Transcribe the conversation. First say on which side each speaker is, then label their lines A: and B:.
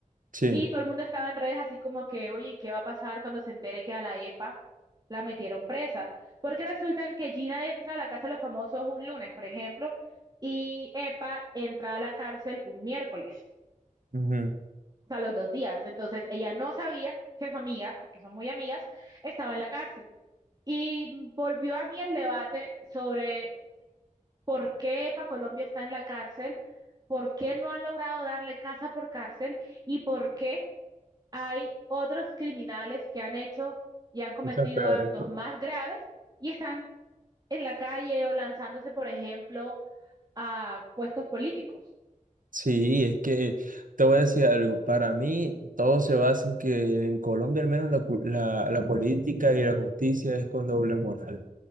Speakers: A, on the right; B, on the right.
A: sí.
B: y todo el mundo estaba en redes así como que, oye, ¿qué va a pasar cuando se entere que a la EPA la metieron presa? Porque resulta que Gina entra a la Casa de los Famosos un lunes, por ejemplo, y EPA entra a la cárcel un miércoles
A: ujú.
B: o sea, los dos días. Entonces ella no sabía que su amiga, porque son muy amigas, estaba en la cárcel. Y volvió a mí el debate sobre por qué EPA Colombia está en la cárcel, por qué no han logrado darle casa por cárcel y por qué hay otros criminales que han hecho y han cometido
A: Muchas peores.
B: actos más graves y están en la calle o lanzándose, por ejemplo, a puestos políticos.
A: Sí, es que te voy a decir algo. Para mí, todo se basa en que en Colombia, al menos, la, cu- la, la política y la justicia es con doble moral.